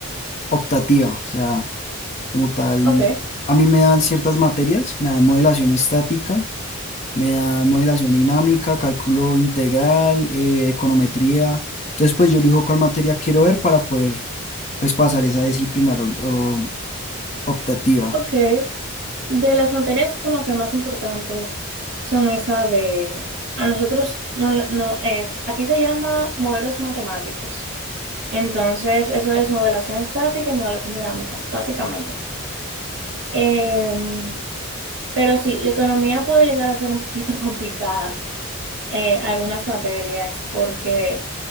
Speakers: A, on the left; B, on the right.
A: optativa. O sea, como tal,
B: Ok,
A: a mí me dan ciertas materias, me dan modelación estática, me dan modelación dinámica, cálculo integral, eh, econometría. Entonces, pues yo elijo cuál materia quiero ver para poder, pues, pasar esa disciplinar o- o optativa.
B: ok. De las materias como que más importantes son esa de, a nosotros no, no es, aquí se llama modelos matemáticos. Entonces, eso es modelación estática y modelación dinámica, básicamente. Em, pero sí, la economía puede llegar a ser un poquito <laughs> complicada, eh, algunas materias, porque